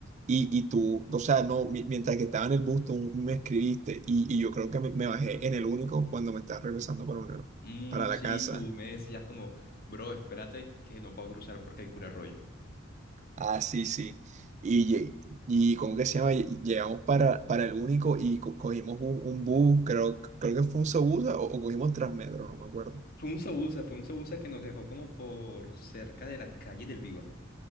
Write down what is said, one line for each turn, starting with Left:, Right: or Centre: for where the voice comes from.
Right: Y, y tú, o sea, no, mi- mientras que estaba en el bus, tú me escribiste. Y, y yo creo que me, me bajé en el único cuando me estaba regresando para, un-
Left: Mm,
Right: para la
Left: sí,
Right: casa.
Left: tú me decías como, bro, espérate que no puedo cruzar porque hay cura rollo.
Right: Ah, sí, sí. Y, lle- y ¿cómo que se llama? Lle- Llegamos para, para el único y co- cogimos un, un bus, creo, creo que fue un Sobusa o, o cogimos Transmetro, no me acuerdo.
Left: Fue un sabusa, fue un sabusa que nos dejó como por cerca de la calle del Viva.